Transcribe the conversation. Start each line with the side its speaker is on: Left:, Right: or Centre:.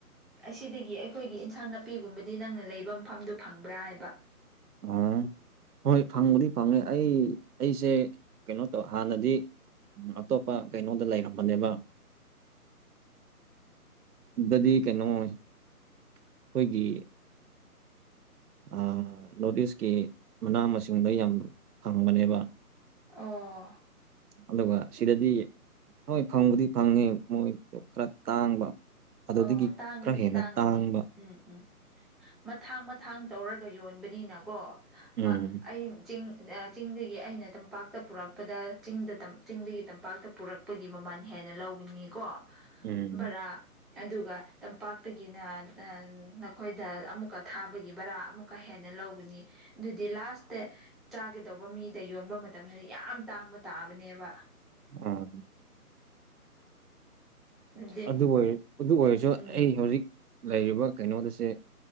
Centre: ꯑꯁꯤꯗꯒꯤ ꯑꯩꯈꯣꯏꯒꯤ ꯏꯟꯁꯥꯡ ꯅꯥꯄꯤꯒꯨꯝꯕꯗꯤ ꯅꯪꯅ ꯂꯩꯕ ꯃꯐꯝꯗꯨ ꯐꯪꯕ꯭ꯔꯥ ꯍꯥꯏꯕ
Right: ꯑꯣ ꯍꯣꯏ ꯐꯪꯕꯨꯗꯤ ꯐꯪꯉꯦ ꯑꯩ ꯑꯩꯁꯦ ꯀꯩꯅꯣ ꯇꯧ ꯍꯥꯟꯅꯗꯤ ꯎꯝ ꯑꯇꯣꯞꯄ ꯀꯩꯅꯣꯗ ꯂꯩꯔꯝꯕꯅꯦꯕ ꯗꯗꯤ ꯀꯩꯅꯣ ꯑꯩꯈꯣꯏꯒꯤ ꯑ ꯅꯣꯔꯠ ꯏꯁꯀꯤ ꯃꯅꯥ ꯃꯁꯤꯡꯗ ꯌꯥꯝ ꯐꯪꯕꯅꯦꯕ
Centre: ꯑꯣ
Right: ꯑꯗꯨꯒ ꯁꯤꯗꯗꯤ ꯍꯣꯏ ꯐꯪꯕꯨꯗꯤ ꯐꯪꯉꯦ ꯃꯣꯏꯗꯣ ꯈꯔ ꯇꯥꯡꯕ ꯑꯗꯨꯗꯒꯤ
Centre: ꯑꯣ ꯇꯥꯡꯒꯅꯤ
Right: ꯈꯔ ꯍꯦꯟꯅ
Centre: ꯇꯥꯡꯒꯅꯤ
Right: ꯇꯥꯡꯕ
Centre: ꯎꯝ ꯎꯝ ꯃꯊꯥꯡ ꯃꯊꯥꯡ ꯇꯧꯔꯒ ꯌꯣꯟꯕꯅꯤꯅꯀꯣ
Right: ꯎꯝ
Centre: ꯃ ꯑꯩ ꯆꯤꯡ ꯆꯤꯡꯗꯒꯤ ꯑꯩꯅ ꯇꯝꯄꯥꯛꯇ ꯄꯨꯔꯛꯄꯗ ꯆꯤꯡꯗ ꯆꯤꯡꯗꯒꯤ ꯇꯝꯄꯥꯛꯇ ꯄꯨꯔꯛ ꯄꯒꯤ ꯃꯃꯜ ꯍꯦꯟꯅ ꯂꯧꯒꯅꯤꯀꯣ
Right: ꯎꯝ
Centre: ꯚꯔꯥ ꯑꯗꯨꯒ ꯇꯝꯄꯥꯛꯇꯒꯤꯅ ꯅꯈꯣꯏꯗ ꯑꯃꯨꯛꯀ ꯊꯥꯕꯒꯤ ꯕꯔꯥ ꯑꯃꯨꯛ ꯀ ꯍꯦꯟꯅ ꯂꯧꯒꯅꯤ ꯑꯗꯨꯗꯤ ꯂꯥꯁꯇ ꯆꯥꯒꯗꯧꯕ ꯃꯤꯗ ꯌꯣꯟꯕ ꯃꯇꯝꯗꯗꯤ ꯌꯥꯝ ꯇꯥꯡꯕ ꯇꯥꯕꯅꯦꯕ
Right: ꯎꯝ
Centre: ꯑꯗꯨꯗꯤ
Right: ꯑꯗꯨ ꯑꯣꯏꯔ ꯑꯗꯨ ꯑꯣꯏꯔꯁꯨ
Centre: ꯎꯝ
Right: ꯑꯩ ꯍꯧꯖꯤꯛ ꯂꯩꯔꯤꯕ ꯀꯩꯅꯣꯗꯁꯦ